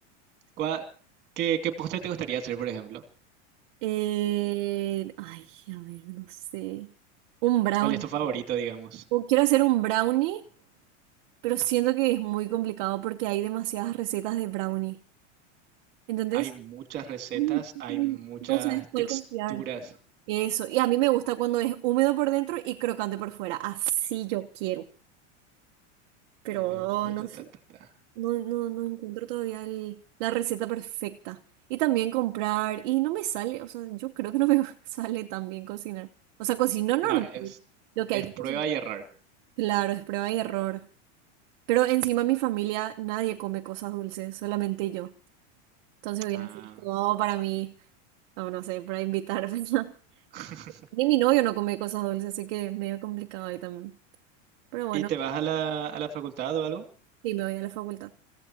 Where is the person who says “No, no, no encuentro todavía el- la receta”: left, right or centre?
Right